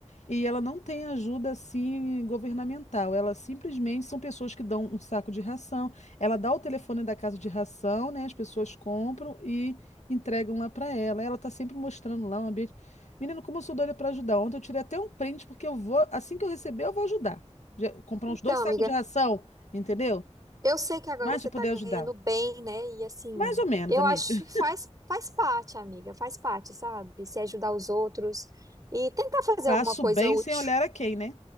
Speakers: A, on the left; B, on the right.
A: e ela não tem ajuda assim governamental. Ela simplesmente são pessoas que dão um saco de ração. Ela dá o telefone da casa de ração, né? As pessoas compram e entregam lá para ela. Ela tá sempre mostrando lá um ambiente. Menino, como eu sou doida para ajudar. Ontem eu tirei até um print porque eu vou, assim que eu receber, eu vou ajudar. Já- comprar
B: Então,
A: uns dois sacos
B: amiga,
A: de ração, entendeu?
B: eu sei que agora
A: Mas
B: você
A: para poder
B: tá ganhando
A: ajudar.
B: bem, né? E assim,
A: Mais ou menos,
B: eu
A: amiga.
B: acho
A: <laughs>
B: que faz, faz parte, amiga, faz parte, sabe? Se ajudar os outros e tentar fazer
A: Faço
B: alguma coisa
A: bem
B: útil.
A: sem olhar a quem, né?